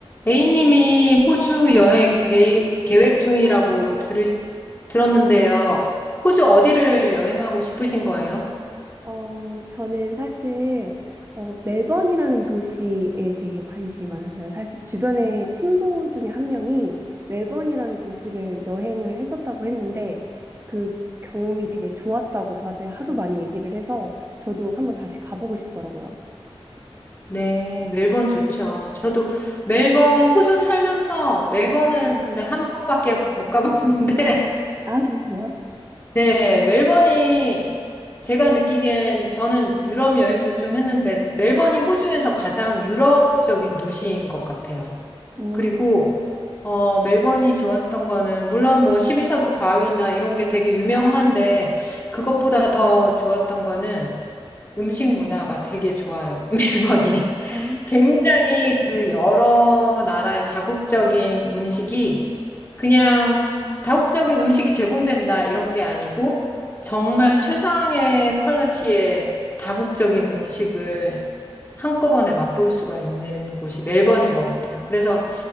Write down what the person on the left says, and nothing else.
A님이 호주 여행 계, 계획 중이라고 들으, 들었는데요. 호주 어디를 여행하고 싶으신 거예요?
네, 멜번 좋죠. 저도 멜번, 호주 살면서 멜번은 근데 한 번밖에 못 가봤는데,
<laughs> 네, 멜번이 제가 느끼기엔 저는 유럽 여행도 좀 했는데, 멜번이 호주에서 가장 유럽적인 도시인 것 같아요.
그리고 어, 멜번이 좋았던 거는, 물론 뭐 십이 사도 바위나 이런 게 되게 유명한데, 그것보다 더 좋았던 거는 음식 문화가 되게 좋아요, <laughs> 멜번이.
굉장히 그 여러 나라의 다국적인 음식이 그냥 다국적인 음식이 제공된다 이런 게 아니고, 정말 최상의 퀄리티의 다국적인 음식을 한꺼번에 맛볼 수가 있는 곳이 멜번인 것 같아요. 그래서